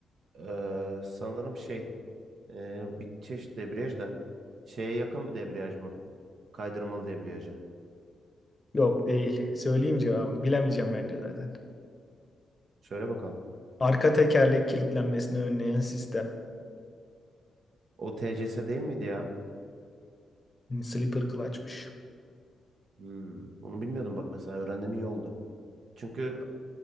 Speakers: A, on the right; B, on the left.
A: eee, sanırım şey Ee, bir çeşit debriyaj da şeye yakın bir debriyaj mı? Kaydırmalı debriyaja.
B: Yok değil. Söyleyeyim cevabını? Bilemeyeceğim bence zaten.
A: Söyle bakalım.
B: Arka tekerlek kilitlenmesini önleyen sistem.
A: O TCS değil miydi ya?
B: Hı, Slipper clutch'mış.
A: Hmm, bunu bilmiyordum bak mesela öğrendim iyi oldu. Çünkü